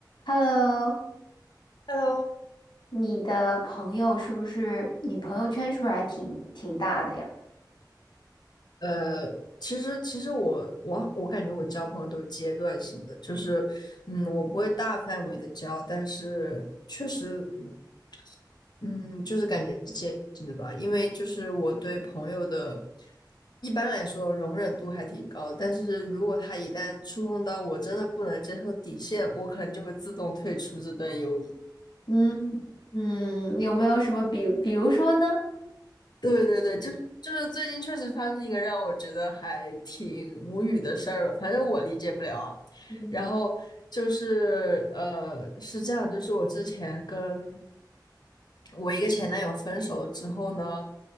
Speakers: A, on the left; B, on the left.
A: Hello，
B: Hello，
A: 你的朋友是不是你朋友圈是不是还挺挺大的呀？
B: 呃，其实其实我我我感觉我交朋友都是阶段性的，就是，嗯，我不会大范围的交，但是确实，嗯嗯，就是感觉是阶段性的吧，因为就是我对朋友的，一般来说容忍度还挺高，但是如果他一旦触碰到我真的不能接受底线，我可能就会自动退出这段友谊。
A: 嗯嗯，有没有什么比比如说呢？
B: 对对对，就是就是最近确实发生一个让我觉得还挺无语的事儿吧，反正我理解不了啊。
A: 嗯
B: 然后就是呃，是这样，就是我之前跟我一个前男友分手了之后呢，